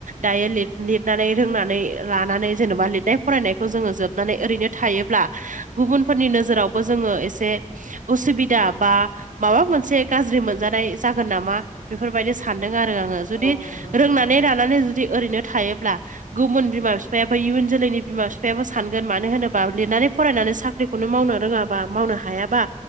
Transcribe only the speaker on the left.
औ नंगौ नंगौ